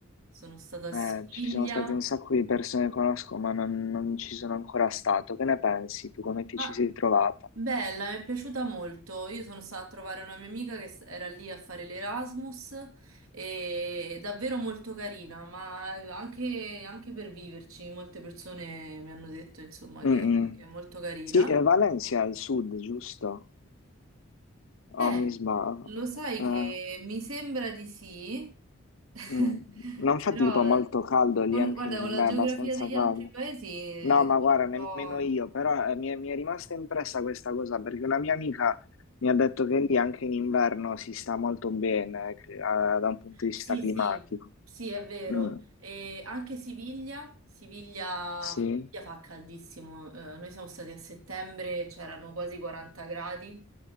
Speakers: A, on the right (about 85°); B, on the left (about 70°).
A: sono stata a
B: Eh,
A: Siviglia.
B: ci sono state un sacco di persone che conosco, ma non, non ci sono ancora stato. Che ne pensi tu? Come ti
A: Ah,
B: ci sei trovata?
A: bella, mi è piaciuta molto. Io sono stata a trovare una mia amica che s- era lì a fare l'Erasmus e è davvero molto carina, ma eh, anche, anche per viverci, molte persone mi hanno detto, insomma, che,
B: Mm-mm.
A: che è molto carina.
B: Sì, eh, Valencia è al sud, giusto? Oh,
A: Eh,
B: mi sbaglio.
A: lo sai
B: Eh,
A: che mi sembra di sì, <laughs>
B: mm. Non fa
A: però
B: tipo molto caldo lì
A: con-
B: anche
A: guarda,
B: in
A: con
B: inverno,
A: la geografia
B: è abbastanza
A: degli
B: caldo.
A: altri paesi
B: No, ma
A: sono
B: guarda,
A: un
B: nemmeno
A: po'...
B: io, però eh, mi è, mi è rimasta impressa questa cosa perché una mia amica mi ha detto che lì anche in inverno si sta molto bene, eh, da un punto di
A: Sì,
B: vista climatico.
A: sì, sì, è vero.
B: Mm.
A: E anche Siviglia, Siviglia,
B: Sì.
A: Siviglia fa caldissimo. Eh, noi siamo stati a settembre, c'erano quasi 40 gradi,